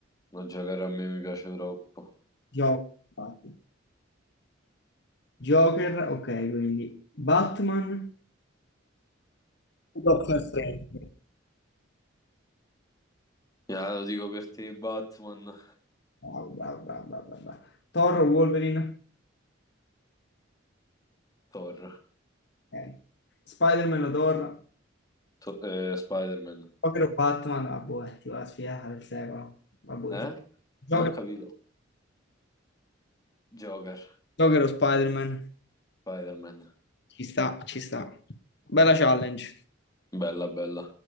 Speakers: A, on the left; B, on the left.
A: No, Joker a me mi piace troppo.
B: Joker, infatti. Joker, ok, quindi Batman, Doctor Strange.
A: Ya, lo dico per te, Batman,
B: bravo, bravo, bravo, bravo, bravo, bravo. Thor, o Wolverine,
A: Thor,
B: ok. Spider-Man o Thor,
A: To- eh, Spider-Man.
B: Joker o Batman, vabbè, ti va la sfida del secolo. Vabbè,
A: Eh?
B: Gio- Joker,
A: Non ho capito. Joker,
B: Joker o Spider-Man,
A: Spider-Man.
B: ci sta, ci sta. Bella challenge.
A: Bella, bella.